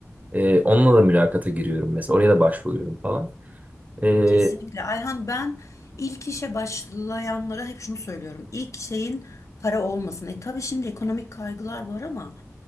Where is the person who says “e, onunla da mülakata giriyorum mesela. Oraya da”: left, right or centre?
Right